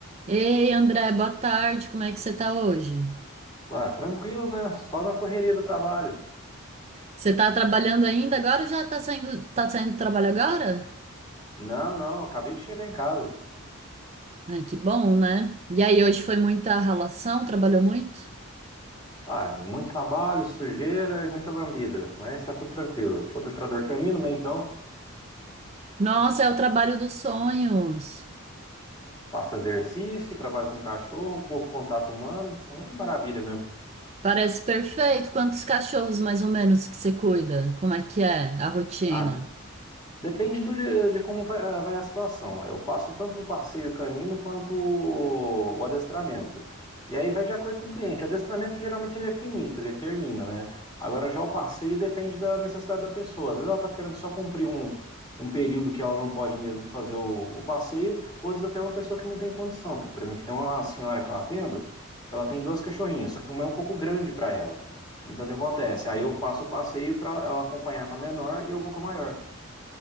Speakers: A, on the right; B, on the left.
A: Ei, André, boa tarde. Como é que você tá hoje?
B: Ah, tranquilo, né? Só na correria do trabalho.
A: Você tá trabalhando ainda agora ou já tá saindo, tá saindo do trabalho agora?
B: Não, não, acabei de chegar em casa.
A: Ai, que bom, né? E aí, hoje foi muita ralação? Trabalhou muito?
B: Ah, muito trabalho, sujeira e muita lambida, mas tá tudo tranquilo. Sou adestrador canino, né? Então,
A: Nossa, é o trabalho dos sonhos.
B: faço exercício, trabalho com cachorro, pouco contato humano. É uma maravilha mesmo.
A: Parece perfeito. Quantos cachorros mais ou menos que você cuida? Como é que é a rotina?
B: Ah, Depende do, de, de como vai, vai a situação. Eu faço tanto o passeio canino quanto o, o adestramento. E aí vai de acordo com o cliente. O adestramento geralmente ele é finito, ele termina, né? Agora já o passeio depende da necessidade da pessoa. Às vezes ela está querendo só cumprir um, um período que ela não pode mesmo fazer o, o passeio, ou às vezes até uma pessoa que não tem condição. Que, por exemplo, tem uma senhora que ela atendo, que ela tem dois cachorrinhos, só que uma é um pouco grande para ela. Então o que acontece? Aí eu faço o passeio para ela acompanhar com a menor e eu vou com a maior.